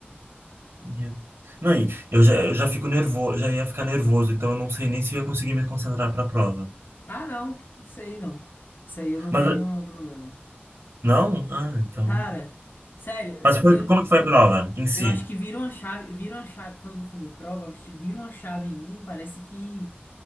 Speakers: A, on the right (about 85°); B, on the left (about 55°).
A: Meu- Não, e eu já, eu já fico nervoso, já ia ficar nervoso, então eu não sei nem se eu ia conseguir me concentrar para a prova.
B: Ah, não, isso aí não. Isso aí eu não
A: Mas
B: tenho problema.
A: não? Ah, então.
B: Cara, sério,
A: Mas
B: eu,
A: foi,
B: eu,
A: como que foi a prova em si?
B: eu acho que vira uma chave, vira uma chave, quando eu vou fazer prova, acho que vira uma chave em mim, parece que